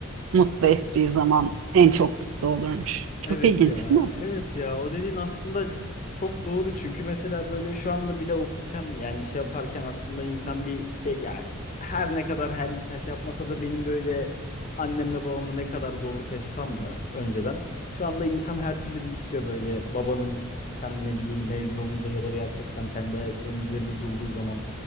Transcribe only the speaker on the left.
Evet
ya,
evet ya. O dediğin aslında çok doğru. Çünkü mesela böyle şu anda bile okurken yani şey yaparken aslında insan bir şey yani her ne kadar her insan şey yapmasa da benim böyle annemle babamla ne kadar zorluk yaşasam da önceden şu anda insan her türlü bir istiyor böyle babanın sen ne bileyim mezun olunca ya da gerçekten kendi ayaklarının üzerinde durduğu zaman